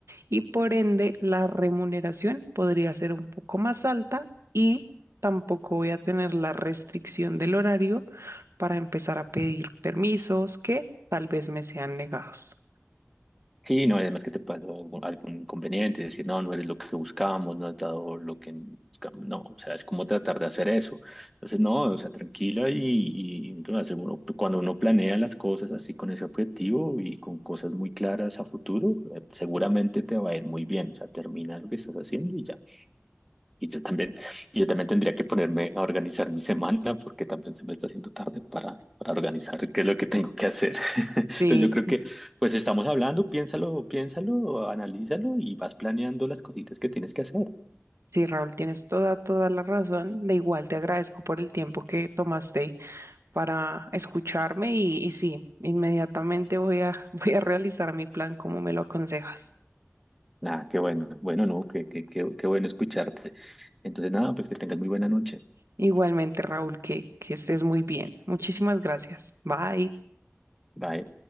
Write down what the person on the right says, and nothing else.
y por ende la remuneración podría ser un poco más alta y tampoco voy a tener la restricción del horario para empezar a pedir permisos que tal vez me sean negados.
Sí,
sí,
sí, Raúl, tienes toda, toda la razón. De igual te agradezco por el tiempo que tomaste para escucharme y, y sí, inmediatamente voy a, <laughs> voy a realizar mi plan como me lo aconsejas.
Igualmente, Raúl, que, que estés muy bien. Muchísimas gracias. Bye.